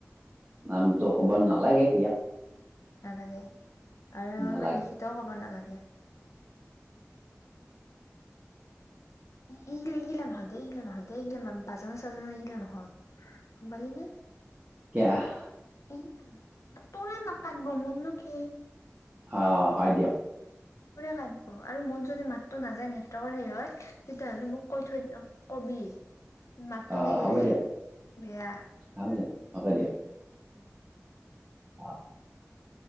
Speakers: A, on the right; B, on the left.
A: নামটো ক'ব নালাগে ইয়াত।
B: নালাগে। আৰু
A: নালাগে
B: ইমান লিখিতও ক'ব নালাগে। <inaudible> এইগিলা এইগিলা নহয় দে, এইগিল নহয় দে, এইগিলা মান বাজান চাজানা এইগিলা নহয়। গম পালি নে?
A: <unintelligible>
B: এই ন তোৰে <unintelligible> মোৰ নো নেকি
A: আহ হয় দিয়ক।
B: পোৰা কামোৰ পাও আৰু মোৰ যদি মাতটো নাযায় নেটৱৰ্কৰ সে হয় তেতিয়াাহ'লে মোক কৈ থৈ কবি। মাত
A: আহ
B: নে
A: হ'ব
B: গেলি
A: দিয়ক
B: বেয়া।
A: হ'ব দিয়ক হ'ব দিয়ক।
B: উম।
A: অহ